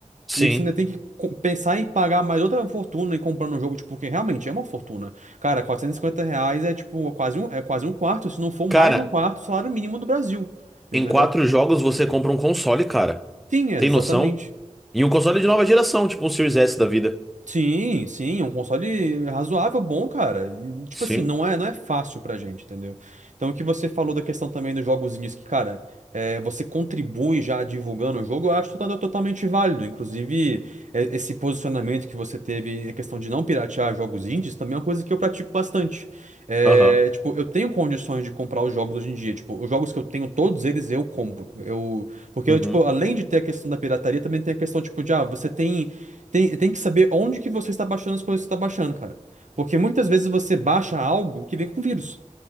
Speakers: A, in the centre; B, on the right.
A: sim.
B: e você ainda tem que co- pensar em pagar mais outra fortuna e comprar um jogo, tipo, porque realmente é uma fortuna. Cara, 450 reais é tipo quase um, é quase um quarto, se não for mais
A: Cara.
B: de um quarto, do salário mínimo do Brasil, entendeu?
A: Em quatro jogos você compra um console, cara.
B: Sim, é,
A: Tem
B: exatamente.
A: noção? E um console de nova geração, tipo um Series S da vida.
B: Sim, sim, é um console razoável, bom, cara. E, Tipo
A: Sim?
B: assim, não é, não é fácil pra gente, entendeu? Então, o que você falou da questão também dos jogozinhos que, cara, é, você contribui já divulgando o jogo, eu acho to- totalmente válido. Inclusive, é, esse posicionamento que você teve, a questão de não piratear jogos indies, também é uma coisa que eu pratico bastante. É,
A: Aham.
B: tipo, eu tenho condições de comprar os jogos hoje em dia. Tipo, os jogos que eu tenho, todos eles eu compro. Eu, porque,
A: Uhum.
B: eu, tipo, além de ter a questão da pirataria, também tem a questão, tipo, de, ah, você tem. Tem, tem que saber onde que você está baixando as coisas que você está baixando, cara. Porque muitas vezes você baixa algo que vem com vírus.